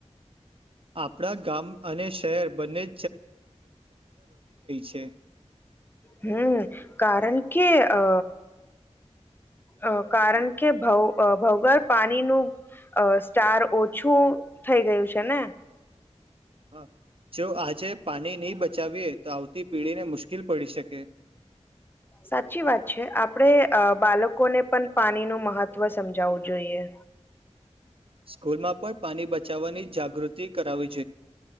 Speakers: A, on the right; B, on the left.
A: આપણા ગામ અને શહેર બને છે
B: હમ કારણ કે અ અ કારણ કે ભ ભૌગોળ પાણી નું સ્ટાર ઓછું થઈ ગયું છે ને
A: હા જો આજે પાણી નહી બચાવીએ તો આવતી પીઢી ને મુશ્કેલ પડી શકે
B: સાચી વાત છે આપણેે બાળકોને પણ પાણી નુ મહત્વ સમજાવવું જોઈએ.
A: સ્કૂલમાં પણ પાણી બચાવવાની જાગૃતિ કરાવી છે.